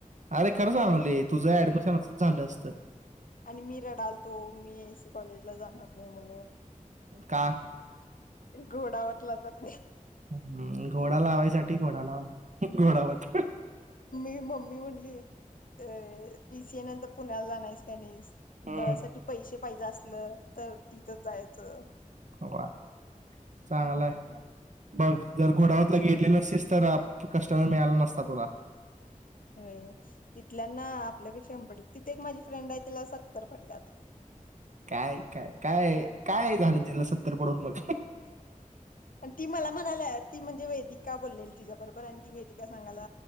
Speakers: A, on the right (about 60°); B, on the left (about 80°).
A: अरे खरं सांगालोय तुझं ऍडमिशन असचं झालं असतं.
B: आणि मी रडालतो मी ऐसी कॉलेजला जाणार नाही म्हणून.
A: का?
B: घोडावतला पण तर
A: हम्म घोड घोडा लावायसाठी घोडा लाव घोडावरत.
B: हि मम्मी म्हणली बीसीए नंतर पुण्याला जाणार आहेस का नाहीस.
A: हम्म
B: त्यासाठी पैसे पाहिजे असलं. तर इथं जायचं.
A: वा चांगलाय बघ जर घोडावत गेली नसली तर कस्टमर मिळाला नसता तुला.
B: हो तिथल्याना आपल्यापेक्षा पडली तिथे एक माझी फ्रेंड आहे तिला सत्तर पडल्यात.
A: काय काय काय काय झालं तिला सत्तर पडून बघ.
B: आणि ती मला म्हणाल्या ती म्हणजे वेदिका बोललेली तिच्या बरोबर आणि ती वेदिका सांगाला